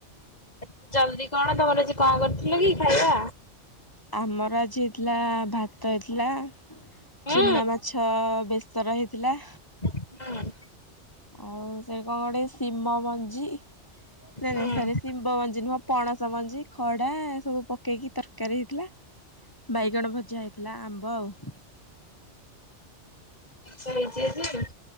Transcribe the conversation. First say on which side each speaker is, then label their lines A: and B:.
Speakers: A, on the left; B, on the left.
A: ଏତେ ଜଲ୍ଦି କଣ ତମର ଆଜି କଣ କରିଥିଲ କି ଖାଇଆ?
B: ଆମର ଆଜି ହେଇଥିଲା ଭାତ ହେଇଥିଲା।
A: ହୁଁ
B: ଚୁନା ମାଛ ବେସର ହେଇଥିଲା।
A: <inaudible>
B: ଆଉ ସେ କଣ ଗୋଟେ ଶିମ ମଞ୍ଜି ନାଇଁ
A: ଜିନିଷ
B: ନାଇଁ ସରି। ହିମ୍ବ ମଞ୍ଜି ନୁହଁ ପଣସମଞ୍ଜି। ଖଡ଼ା ଏସବୁ ପକେଇକି ତର୍କାରୀ ହେଇଥିଲା। ବାଇଗଣ ଭଜା ହେଇଥିଲା ଆମ୍ବ ଆଉ।
A: <inaudible> ସୋଇଚ କି?